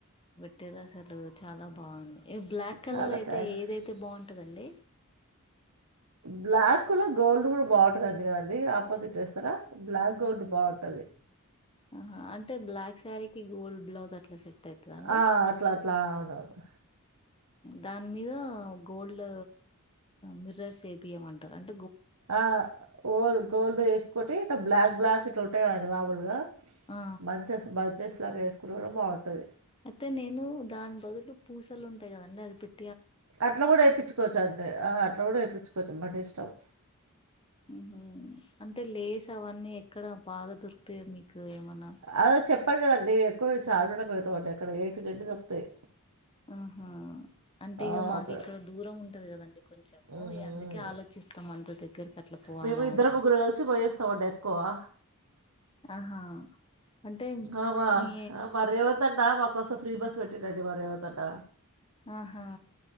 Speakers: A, on the left (about 25°); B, on the right (about 80°).
A: అంటేది అసలు చాలా బాగుంది బ్లాక్ కలర్
B: చాలా
A: అయితే
B: థ్యాంక్స్
A: ఏదైతే ఉంటుందండి
B: బ్లాక్ లో గోల్డ్ కూడా బాగుంటందండి కాండి ఆపోజిట్ ఏస్తరా బ్లాక్ గోల్డ్ బాగుంటది అదే
A: ఆహా అంటే బ్లాక్ శారీకి గోల్డ్ బ్లౌజ్ అట్లా సెట్ అవుతుందండి
B: ఆ అట్లా అట్లా అవునవును
A: దాని మీద గోల్డ్ మిర్రర్స్ ఏపియమంటర అండి
B: ఆ గోల్ గోల్డ్ వేసుకోటి ఇ బ్లాక్ బ్లాక్ ఇట్లా ఉంటాయి అని మాములుగా
A: ఆ
B: మంచెస్ బంచెస్ లాగా వేసుకుంటే కుడా బాగుంటది
A: అయితే నేను దాని బదులు పూసలు ఉంటాయి కదండి అది పెట్
B: అట్లా కూడా ఏపీచ్చుకోవచ్చు అండి ఆ అట్లా కూడా ఎపిచ్చుకోవచ్చు మడి స్టవ్
A: హ అంటే లేస్ అవన్నీ ఎక్కడ బాగా దొరుకుతయో మీకు ఏమన్నా
B: అద చెప్పండి కదండి ఎక్కువ చార్మడిపోతా అండి అక్కడ ఏటు జడ్ దొరుకుతయి
A: ఆహా అంటే
B: ఆ
A: ఇక మాకు
B: అక్కడ
A: ఇక్కడ దూరం ఉంటది కదండి కొంచెము
B: మ్మ్.
A: అందుకే ఆలోచిస్తాం అంత దగ్గరకి అట్లా పోవాలా
B: మేము ఇద్దరు
A: అనిపిచ్
B: ముగ్గురు <unintelligible>
A: ఆహా అంటే
B: ఆ
A: మీ
B: మా రేవంతన్నా మాకోసం ఫ్రీ బస్ పెట్టిండి మా రేవంతన్నా
A: ఆహా